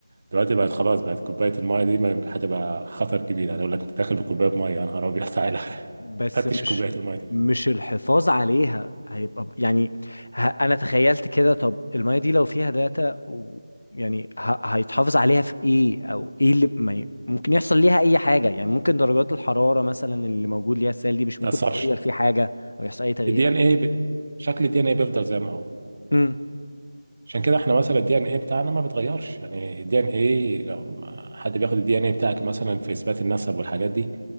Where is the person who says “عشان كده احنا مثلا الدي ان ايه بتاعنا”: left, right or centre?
Right